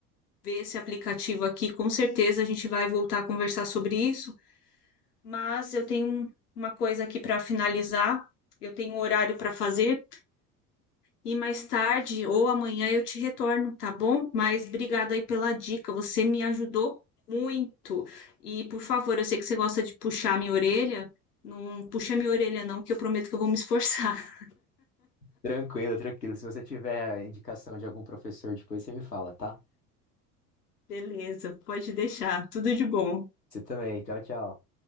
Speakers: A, on the left; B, on the left.
A: ver esse aplicativo aqui, com certeza a gente vai voltar a conversar sobre isso, mas eu tenho um- uma coisa aqui para finalizar. Eu tenho um horário para fazer e mais tarde ou amanhã eu te retorno, tá bom? Mas obrigada aí pela dica, você me ajudou muito. E por favor, eu sei que você gosta de puxar minha orelha, não puxa minha orelha não, que eu prometo que eu vou me esforçar.
B: Tranquilo, tranquilo. Se você tiver indicação de algum professor depois, você me fala, tá?
A: Beleza, pode deixar. Tudo de bom.
B: Você também. Tchau, tchau.